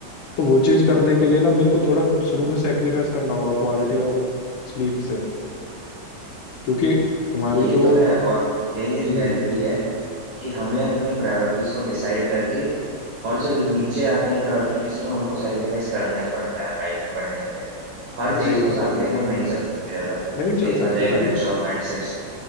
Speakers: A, on the left; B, on the right.
A: तो वो चीज़ करने के लिए ना मेरे को थोड़ा शुरू में सेक्रीफाइस करना होगा क्वालिटी ऑफ स्लीप से क्योंकि तुम्हारी
B: ये
A: जो
B: तो है और यही रियलिटी
A: हम्म
B: है कि हमें
A: हम्म
B: अपने प्रायोरिटीज को डिसाइड करके और जो
A: हम्म
B: नीचे आती हैं प्रायोरिटी लिस्ट में उनको सेक्रीफाइस करना ही पड़ता है यार लाइफ में बढ़ने के लिए हर
A: वही
B: चीज को
A: वही
B: साथ लेके
A: वही
B: हम नहीं चल सकते अगर
A: नहीं चल
B: देखा
A: सकते
B: जाए एक
A: भाई
B: मैच्योर माइंडसेट से